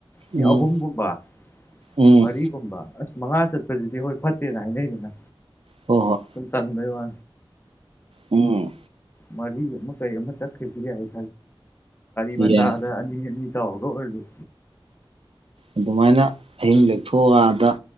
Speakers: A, on the left (about 25°); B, on the right (about 80°).
A: ꯃꯤ
B: ꯎꯝ
A: ꯑꯍꯨꯝꯒꯨꯝꯕ
B: ꯎꯝ
A: ꯃꯔꯤꯒꯨꯝꯕ ꯑꯁ ꯃꯉꯥ ꯆꯠꯄꯁꯤꯗꯤ ꯍꯣꯏ ꯐꯠꯇꯦꯅ ꯍꯥꯏꯅꯩꯗꯅ
B: ꯍꯣꯏ ꯍꯣꯏ
A: ꯆꯗ ꯋꯥ
B: ꯎꯝ
A: ꯃꯔꯤ ꯑꯃ ꯀꯩ ꯑꯃ ꯆꯦꯁꯤ ꯍꯥꯏ ꯈ ꯆꯥꯗ
B: ꯌꯥꯏ
A: ꯑꯅꯤ ꯑꯅꯤ ꯆꯥꯎꯒ ꯑꯣꯏ
B: ꯑꯗꯨꯃꯥꯏꯅ ꯑꯍꯤꯡ ꯂꯦꯛꯊꯣꯛꯑꯀꯗ